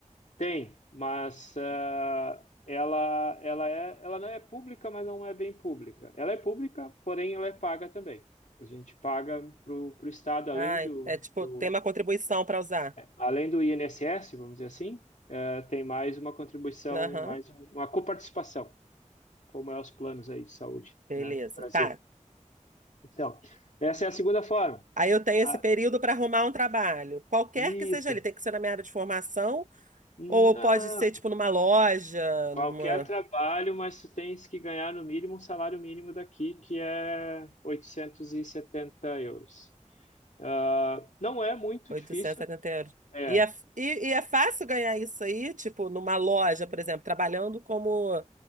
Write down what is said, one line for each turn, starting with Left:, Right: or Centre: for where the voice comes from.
Left: tem, mas eh, ela, ela, é, ela não é pública, mas não é bem pública. Ela é pública, porém ela é paga também. A gente paga para o Estado, além
Right: Ai,
Left: do,
Right: é tipo,
Left: do,
Right: tem uma contribuição para usar.
Left: além do INSS, vamos dizer assim, eh, tem mais uma contribuição,
Right: Aham,
Left: mais um- uma coparticipação, como é os planos aí de saúde,
Right: beleza.
Left: né, do Brasil.
Right: Tá.
Left: Então, essa é a segunda forma.
Right: Aí eu tenho
Left: Ah,
Right: esse período para arrumar um trabalho. Qualquer
Left: isso.
Right: que seja ele, tem que ser na minha área de formação,
Left: Não.
Right: ou pode ser, tipo, numa loja,
Left: Qualquer
Right: numa
Left: trabalho, mas tu tens que ganhar no mínimo um salário mínimo daqui, que é 870 euros. Ah, não é muito
Right: 870
Left: difícil.
Right: euros.
Left: É.
Right: E é, e, e é fácil ganhar isso aí, tipo, numa loja, por exemplo, trabalhando como